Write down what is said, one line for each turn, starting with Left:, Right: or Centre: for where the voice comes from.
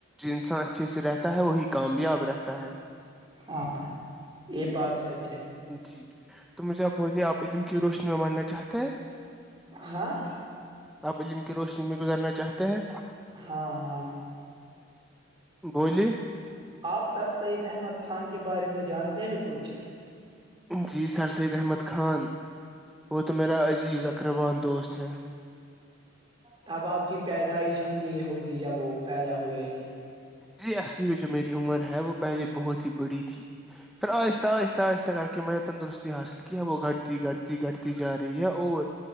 Centre: انسان اچھے سے رہ ہے وہی کامیاب رہتا ہے
Right: ہاں یہ بات سچ ہے
Centre: جی تو مجھے آپ بولیے آپ علم کی روشنی میں ماننا چاہتے ہیں
Right: ہاں
Centre: آپ علم کی روشنی میں گزارنا چاہتے ہیں
Right: ہاں ہاں
Centre: بولی
Right: آپ سر سید احمد خان کے بارے میں جانتے ہیں کچھ
Centre: جی سر سید احمد خان وہ تو میرا عزیز اقربان دوست ہے
Right: تب آپ کی پیدائش بھی نہیں ہوگی جب وہ پیدا ہوئے تھے
Centre: جی اصلی میں جو میری عمر ہے وہ پہلے بہت ہی بڑی تھی پھر آہستہ آہستہ آہستہ کر کے میں تندرستی حاصل ہے وہ گڑتی گڑتی گٹتی جا رہی ہے اور